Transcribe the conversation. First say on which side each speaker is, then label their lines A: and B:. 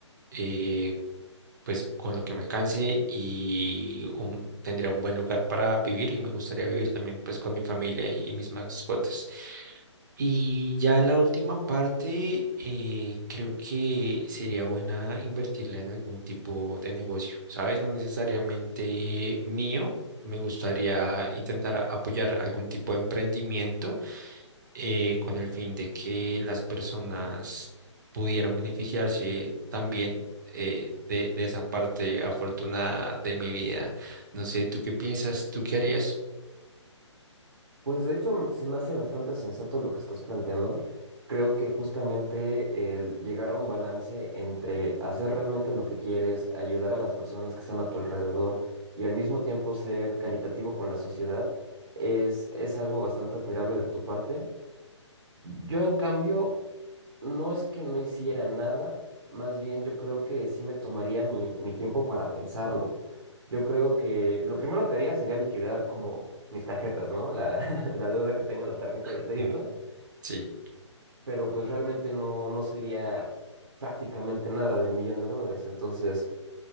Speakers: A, on the right; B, on the right.
A: eh, pues con lo que me alcance y un- tendría un buen lugar para vivir y me gustaría vivir también pues con mi familia y, y mis mascotas. Y ya la última parte, eh, creo que sería buena invertirla en algún tipo de negocio, ¿sabes? No necesariamente mío. Me gustaría intentar apoyar algún tipo de emprendimiento eh, con el fin de que las personas pudieran beneficiarse también eh, de, de esa parte afortunada de mi vida. No sé, ¿tú qué piensas? ¿Tú qué harías?
B: Pues de hecho se me hace bastante sensato lo que estás planteando. Creo que justamente el llegar a un balance entre hacer realmente lo que quieres, ayudar a las personas que están a tu alrededor y al mismo tiempo ser caritativo con la sociedad es, es algo bastante admirable de tu parte. Yo en cambio no es que no hiciera nada, más bien yo creo que sí me tomaría mi, mi tiempo para pensarlo. Yo creo que lo primero que haría sería liquidar como mis tarjetas, ¿no? La, <laughs> la deuda que tenga en la tarjeta de crédito,
A: <laughs> Sí.
B: pero pues realmente no, no sería prácticamente nada del millón de dólares. Entonces,